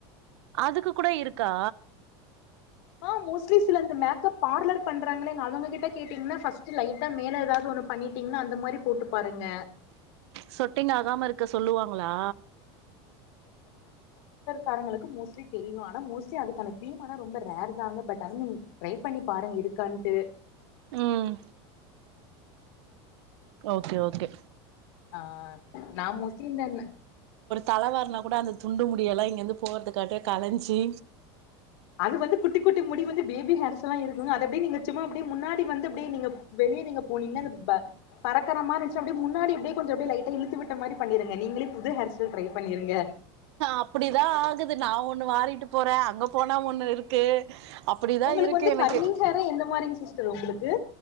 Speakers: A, on the right; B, on the left.
A: அதுக்கு கூட இருக்கா
B: ஆ மோஸ்ட்லி சில இந்த பார்லர் பண்றாங்களே அவங்க கிட்ட கேட்டீங்கன்னா ஸ்ட் லைட்டா மேல ஏதாவது ஒு பண்ணிட்டீங்கன்னா அந்த மாதிரி போட்டு பாருங்க
A: சொட்டிங்க ஆகாம இருக்க சொல்லுவாங்களா
B: காரங்களுக்கு மோஸ்லி தெரியும் ஆனா மோஸலி அதுக்கான திய ரொம்ப ரேர் தான்ங்க பட்ரைட பண்ணி பாருங்க இருக்கான்ட்டு
A: ம் ஓகே ஓகே
B: ஆஹ் நான் முசலிந்தன்
A: தலை வரனா கூட அந்த துண்டு முடிய எல்லாம் இங்க இருந்து போறதுக்காட்டியே கலைஞ்சி
B: அது வந்து குட்டி குட்டி முடி வந்து பேபி ஹேர்ஸல்லாம் இருக்குங்க அதது அப்படியே நீங்க சும்மா அப்படியே முன்னாடி வந்து அப்படியே நீங்க வெளியே நீங்க போனீங்கன்னா பர மாமா இருந்துச்சு அப்படியே முன்னாடி அப்படியே கொஞ்சம் அப்படியே லைட்டா இழுத்து விட்ட மாதிரி பண்ணிருங்க நீங்களே புது ஹர்ஸல் ட்ரை பண்ணிருங்க
A: அப்படிதான் ஆகுது நான் ஒண்ணு வாரிட்டு போறேன் அங்க போனா ஒண்ணு இருக்கு அப்டிதா
B: உங்களுக்கு
A: இருக்கு
B: வந்து
A: எனக்கு
B: கர்லிங் ஹே எந்த மாதிரிங் சிஸ் ச உங்களுக்கு